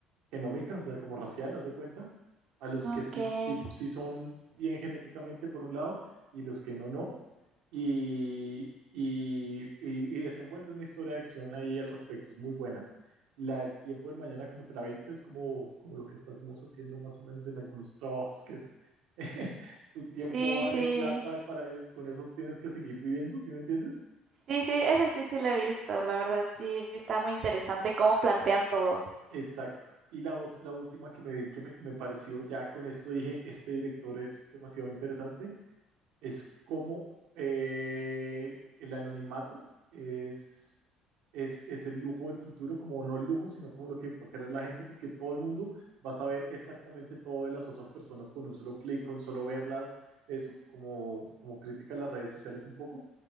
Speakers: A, on the right; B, on the right.
A: genómica, o sea, como racial, haz de cuenta, a los
B: Okay.
A: que sí, sí, sí son bien genéticamente por un lado y los que no, no. Y, y, y- y desenvuelve una historia de acción ahí al respecto, es muy buena. La del tiempo del mañana, como te la viste, es como, como lo que estamos haciendo más o menos en algunos trabajos, que es <laughs> tu tiempo
B: Sí,
A: vale
B: sí.
A: plata y para, con eso tienes que seguir viviendo, ¿sí me entiendes?
B: Sí, sí, ese sí sí lo he visto, la verdad, sí, está muy interesante cómo plantean todo.
A: Exacto. Y la, ot- la última que me vi que me, me pareció, ya con esto dije, este director es demasiado interesante, es cómo eh, el anonimato es, es, es el lujo del futuro, como no el lujo, sino como lo que va a querer la gente, porque todo el mundo va a saber exactamente todo de las otras personas con un solo clic, con solo verlas, eso, como, como crítica a las redes sociales un poco